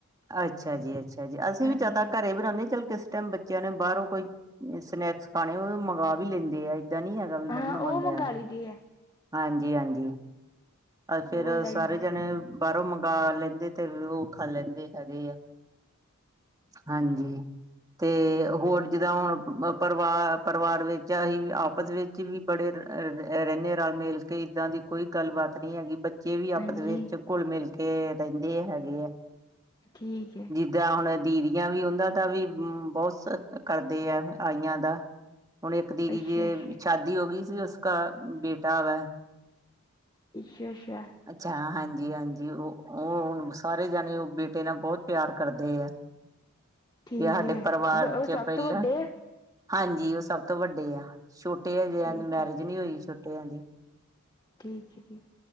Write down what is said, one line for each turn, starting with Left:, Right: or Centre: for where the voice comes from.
Right: ਅੱਛਾ ਜੀ, ਅੱਛਾ ਜੀ ਅਸੀਂ
Left: ਹਾਂਜੀ
Right: ਵੀ ਜਿਆ ਤਾਂ ਘਰੇ ਈ ਬਣਾਉਦੇ ਹਾਂ, ਚੱਲ ਕਿਸ ਟਾਈਮ ਬੱਚਿਆਂ ਨੇ ਬਾਹਰੋਂ ਕੋਈ ਜੇ ਸਨੈਕਸ ਖਾਣੇ ਉਹ ਮੰਗਵਾ ਵੀ ਲੈਂਦੇ ਆ ਏਦਾਂ ਨਹੀਂ ਹੈਗਾ
Left: ਹਾਂ
Right: ਵੀ ਨਹੀਂ ਮੰਗਵਾਉਂਦੇ
Left: ਉਹ ਮੰਗਾ ਲਈ ਦੀ ਹੈ
Right: ਹਾਂਜੀ, ਹਾਂਜੀ, ਫੇਰ
Left: ਉਹ ਲੈਣ
Right: ਸਾਰੇ
Left: ਆਏ
Right: ਜਾਣੇ ਬਾਹਰੋਂ ਮੰਗਵਾ ਲੈਂਦੇ ਤੇ ਉਹ ਖਾ ਲੈਂਦੇ ਹੈਗੇ ਆ ਹਾਂਜੀ ਤੇ ਹੋਰ ਜਿੱਦਾਂ ਹੁਣ ਪਰਿਵਾਰ ਪਰਿਵਾਰ ਵਿੱਚ ਅਸੀਂ ਆਪਸ ਵਿੱਚ ਵੀ ਬੜੇ ਰਹਿੰਦੇ ਹਾਂ ਰਲ ਮਿਲ ਕੇ ਇੱਦਾਂ ਦੀ ਕੋਈ ਗੱਲਬਾਤ ਨੀ ਹੈਗੀ ਬੱਚੇ ਵੀ
Left: ਹਾਂਜੀ
Right: ਆਪਸ ਵਿੱਚ ਘੁਲ ਮਿਲ ਕੇ ਰਹਿੰਦੇ ਹੈਗੇ ਹੈ
Left: ਠੀਕ ਹੈ।
Right: ਜਾਂ ਹੁਣ ਦੀਦੀਆਂ ਵੀ ਉਹਨਾਂ ਦਾ ਵੀ ਬਹੁਤ ਕਰਦੇ ਆ ਆਈਆਂ ਦਾ ਹੁਣ ਇੱਕ ਦੀਦੀ
Left: ਅੱਛਾ
Right: ਦੀ
Left: ਅੱਛਾ
Right: ਸ਼ਾਦੀ ਹੋ ਗਈ ਸੀ ਉਸਕਾ ਬੇਟਾ ਆ ਵ
Left: ਅੱਛਾ, ਅੱਛਾ।
Right: ਅੱਛਾ ਹਾਂਜੀ, ਹਾਂਜੀ ਉਹ ਉਹ ਹੁਣ ਸਾਰੇ ਜਾਣੇ ਉਹ ਬੇਟੇ ਨਾਲ ਬਹੁਤ ਪਿਆਰ ਕਰਦੇ ਆ,
Left: ਠੀਕ
Right: ਜਾਂ ਸਾਡੇ
Left: ਹੈ
Right: ਪਰਿਵਾਰ
Left: ਉਹ
Right: ਚ
Left: ਸਭ
Right: ਪਹਿਲਾਂ
Left: ਤੋਂ ਵੱਡੇ ਹੈ
Right: ਹਾਂਜੀ ਉਹ ਸਭ ਤੋਂ ਵੱਡੇ ਆ ਛੋਟੇ ਹਜੇ
Left: ਠੀਕ
Right: ਮੈਰਿਜ
Left: ਹੈ
Right: ਨਹੀ ਹੋਈ ਛੋਟੇ ਦੀ
Left: ਠੀਕ ਜੀ